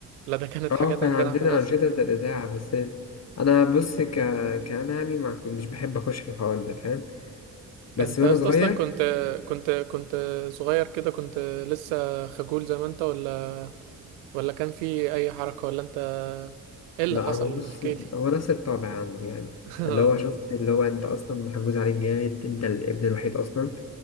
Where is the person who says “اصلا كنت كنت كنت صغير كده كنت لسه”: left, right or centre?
Right